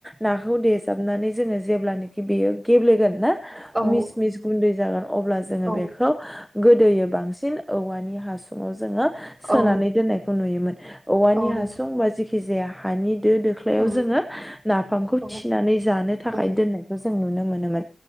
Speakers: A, in the centre; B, on the right (about 25°).
A: नाखौ देेजाबनानै जोङो जेब्लानोखि बेयो गेब्लेगोन ना
B: औ
A: मिस मिस गुन्दै जागोन अ
B: औ
A: गोदोयो बांसिन औवानि हासुंआव जोङो सोनानै
B: औ
A: दोननायखौ नुयोमोन औवानि
B: औ नोंथां
A: हासुं बा जिखि जेखि जाया हानि दो दोख्लायाव
B: उम
A: जोङो नाफामखौ
B: औ
A: थिनानै जानो थाखाय
B: उम
A: दोननायखौ जों नुनो मोनो नोमोन